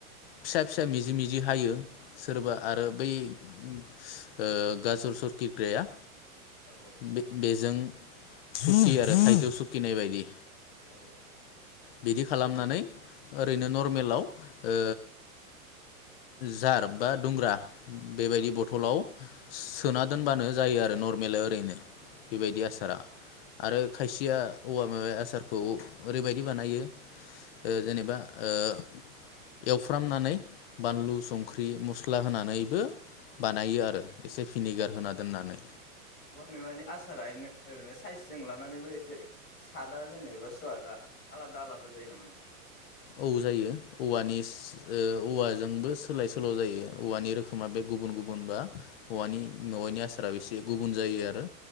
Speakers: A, on the left; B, on the left.
A: फिसा फिसा मिजि मिजि हायो सोरबा आरो बै ओ गाजर अ सरपिग्राया
B: औ
A: बे बे जों सुति आरो थायजौ सुखिनाय बायदि
B: औ
A: बिदि खालामनानै
B: ओमफ्राय
A: ओरैनो नर्मेलाव ओ जार बा दुंग्रा बेबायदि
B: ओं ओं
A: बथलाव सोना दोनबानो जायो आरो नरमेलै ओरैनो बेबायदि
B: अ
A: आसारा आरो खायसेया औवा मेवाय आसारखौ ओरैबायदि दि बानायो ओ जेनेबा ओ एवफ्रामनानै बानलु संख्रि मस्ला होनानैबो बानायो आरो एसे भिनेगार
B: औ
A: होना दोननानै
B: औवा मेवानि आसार ओरैनो ओरैनो साइसजों लानानैबो एसे सादा जेनेबा सुवादा आलादा आलादा जायो नामा नोंथां
A: औ जायो औवानि औवाजोंबो ओ सोलाय सोल' जायो औवानि रोखोमा बे गुबुन गुबुन बा औवानि
B: ओं
A: मेवाइनि आसाराबो इसे गुब बुन जायो आरो